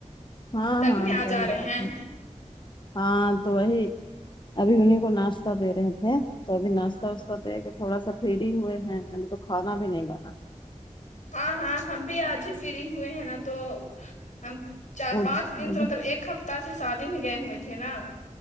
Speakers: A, on the left (about 35°); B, on the left (about 75°).
A: ہاں
B: تبھی
A: ہاں
B: نہیں آ
A: صحیح
B: جا
A: بات
B: رہے ہیں
A: ہے ہاں تو وہی ابھی انہیں کو ناشتہ دے رہے تھے تو ابھی ناشتہ واشتہ دے کے تھوڑا سا پری ہوئے ہیں تو کانا بھی نہیں بنا
B: ہاں ہاں ہم بھی آج ہی فری ہوئے ہیں نا تو ہم چار
A: او او
B: پانچ دن سے مطلب ایک ہفتہ سے شادی میں گائے ہوئے تھ ہے نا